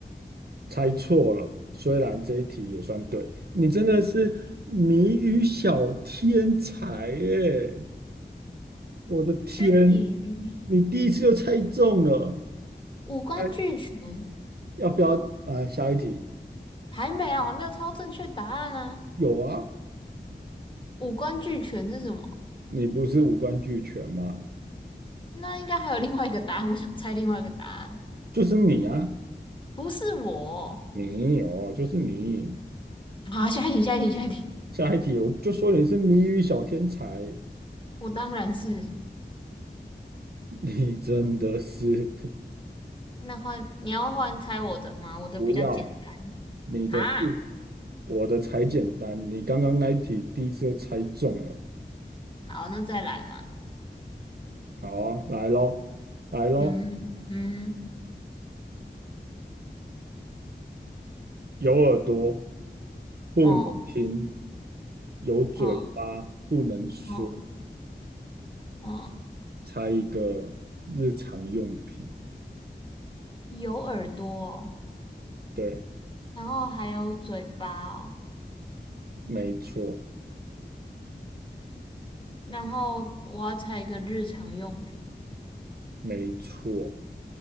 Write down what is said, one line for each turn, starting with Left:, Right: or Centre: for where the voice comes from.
Right: 猜错了。虽然这一题也算对，你真的是谜语小天才耶！我的天，
Left: 身体语言，
Right: 你第一次就猜中了。
Left: 五官俱全，
Right: 哎，要不要啊？下一题
Left: 还没有，还没有猜到正确答案啊！
Right: 有啊，
Left: 五官俱全是什么？
Right: 你不是五官俱全吗？
Left: 那应该还有另外一个答案，我想猜另外一个答案，
Right: 就是你啊。
Left: 不是我。
Right: 没有，就是你。
Left: 好，下一题，下一题，下一题。
Right: 下一题，我就说你是谜语小天才，
Left: 我当然是。
Right: 你真的是
Left: 那换你要换猜我的吗？
Right: <laughs>
Left: 我的比较简单。
Right: 不要你的不，
Left: 啊，
Right: 我的才简单。你刚刚那一题第一次就猜中了，
Left: 好，那再来嘛。
Right: 好啊，来喽，来喽，
Left: 嗯嗯，
Right: 有耳朵不能听，
Left: 哦
Right: 有嘴巴不能说，
Left: 哦哦哦，
Right: 猜一个日常用品。
Left: 有耳朵哦，
Right: 对，
Left: 然后还有嘴巴哦。
Right: 没错，
Left: 然后我要猜一个日常用品。
Right: 没错，